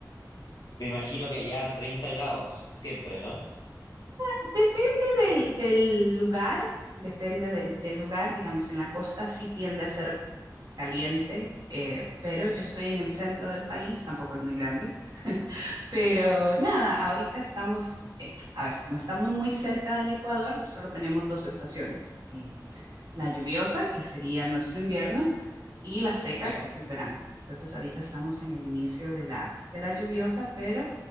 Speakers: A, on the left; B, on the right.
A: Me imagino que allá 30 grados siempre, ¿no?
B: Depende del, del lugar, depende del, del lugar, digamos, en la costa sí tiende a ser caliente, eh, pero yo estoy en el centro del país, tampoco es muy grande, pero nada, ahorita estamos, eh, a ver, como estamos muy cerca del Ecuador, solo tenemos dos estaciones, eh, la lluviosa, que sería nuestro invierno, y la seca,
A: Claro.
B: que es el verano. Entonces ahorita estamos en el inicio de la, de la lluviosa, pero